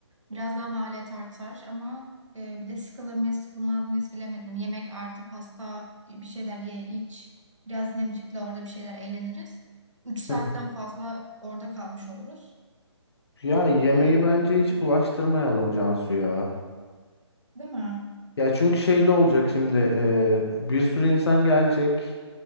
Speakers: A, on the right; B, on the left.
A: Biraz daha maliyet artar ama e, bir de sıkılır mıyız sıkılmaz mıyız bilemedim. Yemek artı pasta bir şeyler ye iç. Biraz yine müzikle orada bir şeyler eğleniriz. Üç saatten
B: <laughs>
A: fazla orada kalmış oluruz.
B: Ya yemeği
A: Ee,
B: bence hiç bulaştırmayalım Cansu ya.
A: değil mi?
B: Ya çünkü şey de olacak şimdi eee, bir sürü insan gelecek.